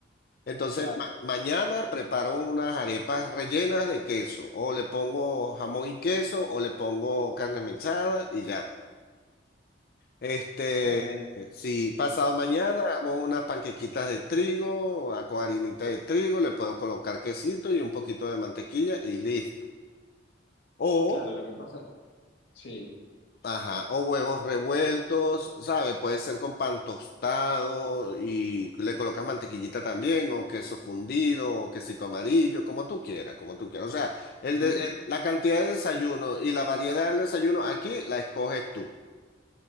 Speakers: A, on the left; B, on the left.
A: Entonces,
B: claro,
A: ma- mañana preparo unas arepas rellenas de queso, o le pongo jamón y queso, o le pongo carne mechada y ya. Este,
B: está bien.
A: si pasado mañana hago unas panquequitas de trigo, ah, con harinita de trigo, le puedo colocar quesito y un poquito de mantequilla y listo. O,
B: Claro, lo que pasa, sí.
A: ajá, o huevos revueltos, ¿sabe? Puede ser con pan tostado y le colocas mantequillita también, o queso fundido, o quesito amarillo, como tú quieras, como tú quieras. O sea, el
B: Ujú.
A: de- el- la cantidad de desayuno y la variedad del desayuno aquí la escoges tú.